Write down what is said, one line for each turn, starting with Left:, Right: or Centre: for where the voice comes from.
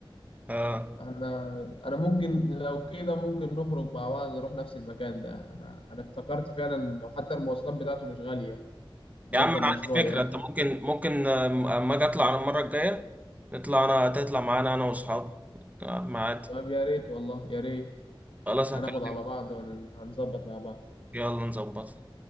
Right: اه
Left: احنا انا ممكن لو كده ممكن نخرج مع بعض نروح نفس المكان ده انا انا افتكرت فعلا لو حتى المواصلات بتاعته مش غالية نركب
Right: يا عم أنا
Left: مشروع
Right: عندي
Left: يعني
Right: فكرة أنت ممكن ممكن آه، أما أجي أطلع أنا المرة الجاية نطلع أنا تطلع معانا أنا وأصحابي آه، ما عادي
Left: طب يا ريت والله يا ريت
Right: خلاص هكلمك
Left: هناخد على بعض وهنظبط مع بعض
Right: يلا نظبط